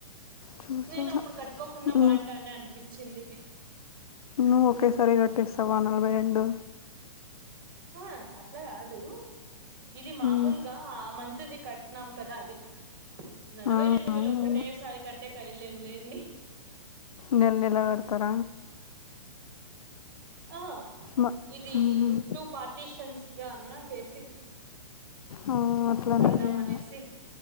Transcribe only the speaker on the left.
చూసాను
ను-
నువ్వు ఒకేసారి కట్టేస్తావా నలభై రెండు
ఉమ్,
ఆ,
అవునవును
నెల్ నెల కడతార
మ-
ఉమ్,
ఆ అట్లానే
చేయాలి